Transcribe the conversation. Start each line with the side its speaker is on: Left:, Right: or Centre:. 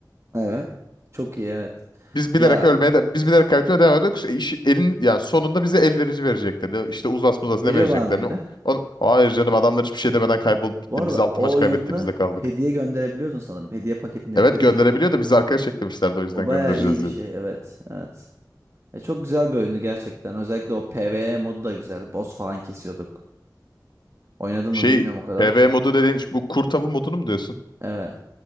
Right: Evet. Çok iyi evet.
Left: Biz bilerek
Right: Ya
Left: ölmeye de, biz bilerek kaybediyor devam ediyorduk. İşte işi- elin yani sonunda bize el verici vereceklerini işte uzas muzas ne
Right: veriyorlar
Left: vereceklerini.
Right: mıydı?
Left: Onu, Hayır canım adamlar hiçbir şey demeden kaybolup gitti.
Right: Bu arada
Left: Biz altı
Right: o
Left: maç
Right: oyunda
Left: kaybetti biz de kaldık.
Right: hediye gönderebiliyorsun sanırım. Hediye paketindekileri
Left: Evet gönderebiliyor
Right: hediye.
Left: da biz arkadaş eklemişlerdi o yüzden
Right: O bayağı
Left: göndereceğiz
Right: iyi bir
Left: diye.
Right: şey evet. Evet. E, çok güzel bir oyundu gerçekten. Özellikle o PvE modu da güzeldi. Boss falan kesiyorduk. Oynadın
Left: Şey
Right: mı bilmiyorum o kadar.
Left: PvE modu dediğin bu kurt modunu mu diyorsun?
Right: Evet.